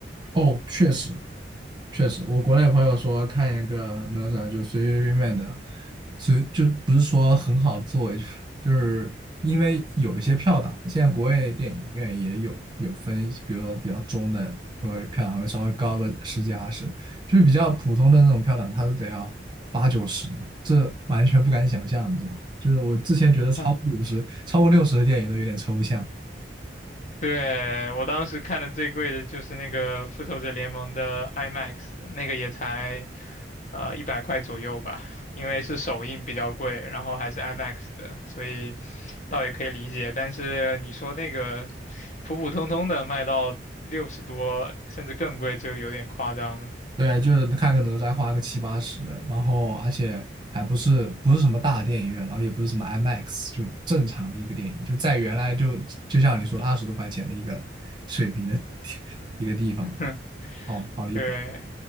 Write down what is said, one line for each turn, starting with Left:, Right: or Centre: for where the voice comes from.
Right: 哦，确实，确实，我国内朋友说看一个哪吒就随随便便的，随就不是说很好的作为，就是就是因为有一些票档，现在国外电影院也有有分，比如说比较中的就会票档会稍微高个十几二十，就是比较普通的那种票档，它都得要八九十，这完全不敢想象，你知道吗？就是我之前觉得超过五十、
Left: <laughs>
Right: 超过六十的电影都有点抽象。
Left: 对，我当时看的最贵的就是那个《复仇者联盟》的 IMAX，那个也才呃一百块左右吧，因为是首映比较贵，然后还是 IMAX 的，所以倒也可以理解。但是你说那个普普通通的卖到六十多，甚至更贵，就有点夸张了。
Right: 对，就是看个哪吒花个七八十，然后而且还不是不是什么大电影院，然后也不是什么 IMAX，就正常的一个电影，就在原来就就像你说的二十多块钱的一个水平的 <laughs> 一个地方，
Left: <laughs>
Right: 哦，好离谱。
Left: 对，